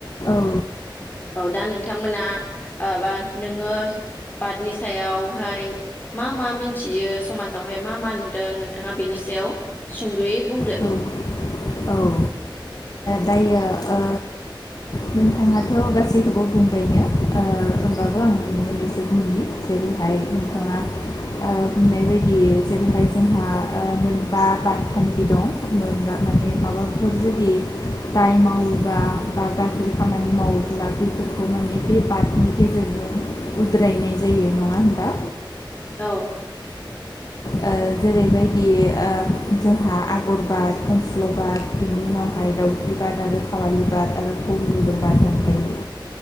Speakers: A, on the left (about 45°); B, on the left (about 20°).
A: नंगौ
B: औ दा नोंथांमोना ओ बा नोङो बादनि सायावहाय मा मा मोनथियो समाजावहाय मा मा नुदों नोंथाङा बेनि सायाव सुंदुयै बुंदो।
A: औ औ ओ दायो ओ नोंथाङाथ' गासैखौबो बुंबायनो ओ होनबाबो आं बे मोननैसो बुंनि जेरै ओमफाय नोंथाङा
B: औ
A: ओ बुंनाय बायदि जेरैहाय जोंहा ओ मोनबा बादखान्थि दं मोनबा माने माबाफोर जुदि दाय मावोबा बा गाज्रि खामानि मावोब्ला बेफोरखौ माने बे बादनि गेजेरजों उद्रायनाय जायो नङा होनबा?
B: औ।
A: औ जेरैबायदि ओ जोंहा आगर बाद खंस्ल' बाद बिनि उनावहाय दाउखि बाद आरो खावालि बाद आरो खर बिग बाद दंखायो